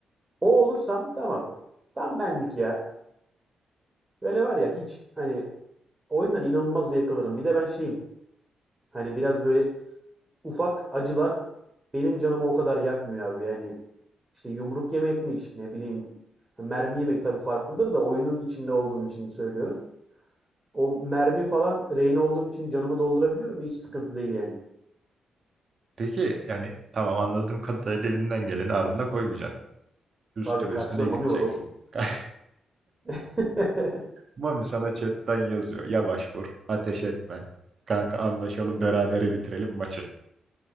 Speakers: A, on the right; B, on the right.
A: O olursam tamam. Tam benlik ya. Böyle var ya hiç hani oyundan inanılmaz zevk alırım. Bir de ben şeyim hani biraz böyle ufak acılar benim canımı o kadar yakmıyor abi. Yani işte yumruk yemekmiş, ne bileyim mermi yemek tabii farklıdır da oyunun içinde olduğum için söylüyorum. O mermi falan rehine olduğum için canımı doldurabiliyorum. Hiç sıkıntı değil yani.
B: Peki yani tamam anladığım kadarıyla elinden geleni ardına koymayacaksın. Üstüne
A: Tabii karşıda
B: üstüne
A: mami
B: gideceksin.
A: var oğlum.
B: <laughs>
A: <laughs>
B: Mami sana chatten yazıyor. Yavaş vur, ateş etme. Kanka anlaşalım berabere bitirelim maçı.